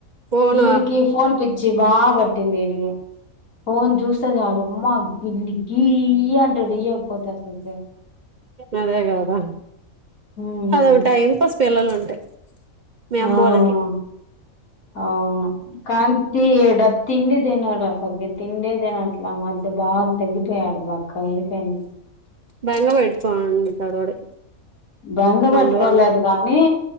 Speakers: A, on the right (about 60°); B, on the left (about 80°).
A: ఫోను
B: ఈడికి ఫోన్ పిచ్చి బా బట్టింది ఈడికి ఫోన్ జూస్తే జాలు అమ్మా గిల్లి గీ అంటది ఇయ్యక్పోతే అస్సల్ కే
A: అదే గదా
B: ఉమ్,
A: అదొక టైం పాస్ పిల్లలు ఉంటే మీ అమ్మోళకి
B: ఆ అవును కాంతి ఈడ తిండి దినడస తగ్గ తిండేదినిట్లా మధ్య బాగ్ తగ్గిపొయాడు బక్కగ అయిపోయింది
A: భెంగ వెట్కోనుంటడు వాడు
B: బెంగ బెట్టుకోలేదు
A: అందువల్ల
B: గానీ